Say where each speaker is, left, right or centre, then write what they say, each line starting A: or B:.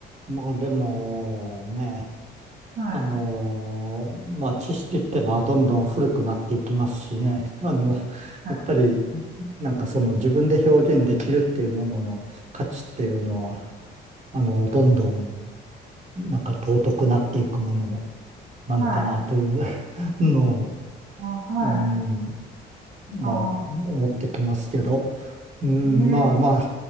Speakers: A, on the right; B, on the right.
A: まあでもね、
B: はい。
A: あのーまあ、知識ってのはどんどん古くなっていきますしね。<laughs> あの、
B: はい。
A: やっぱり、なんかその自分で表現できるっていうものの価値っていうのは、あの、どんどん、なんか尊くなっていくものなのかなという
B: はい。
A: <laughs> のを、
B: あ、はい。
A: うん、まあ、
B: あ、
A: 思ってきますけど、うん、
B: ええ
A: まあまあ、